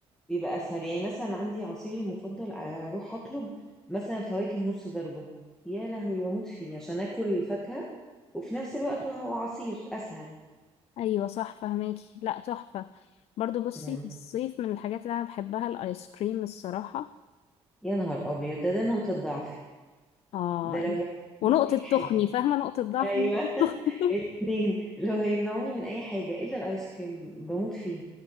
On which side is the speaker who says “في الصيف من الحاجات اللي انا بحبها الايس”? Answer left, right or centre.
Left